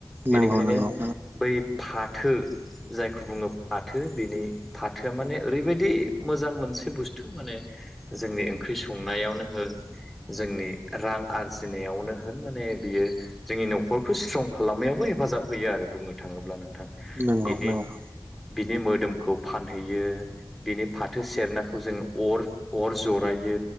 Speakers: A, in the centre; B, on the right.
A: बेनिखायनो
B: नंगौ नंगौ
A: बै फा थो जायखौ बुङो फाथो बेनि फाथोआ माने ओरैबायदि मोजां मोनसे बुस्थु माने जोंनि ओंख्रि संनायावनो होन जोंनि रां आरजिनायावनो होन माने बियो जोंनि न'खरखौ स्ट्रं खालामनायावबो हेफाजाब होयो आरो बुंनो थाङोब्लानो। थां
B: नंगौ
A: बिनि
B: नंगौ
A: बिनि मोदोमखौ फानहैयो। बिनि फाथो सेरनाखौ जोङो अर अर जरायो